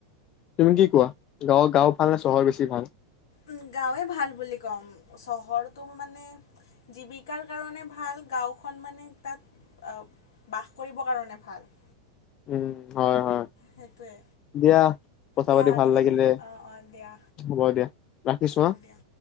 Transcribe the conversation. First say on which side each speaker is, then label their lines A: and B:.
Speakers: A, on the left (about 35°); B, on the left (about 70°).
A: তুমি কি কোৱা, গাঁৱৰ গাও ভাল নে চহৰ বেছি ভাল?
B: উম গাঁৱে ভাল বুলি ক'ম চহৰটো মানে- জীৱিকাৰ কাৰণে ভাল, গাঁওখন মানে তাত- আ, বাস কৰিবৰ কাৰণে ভাল।
A: উম, হয় হয়।
B: সেইটোৱে
A: দিয়া, কথা
B: এয়া
A: পাতি ভাল
B: নহ'লে
A: লাগিলে,
B: অঁ অঁ দিয়া
A: হ'ব দিয়া। ৰাখিছো
B: হ'ব
A: হা।
B: দিয়া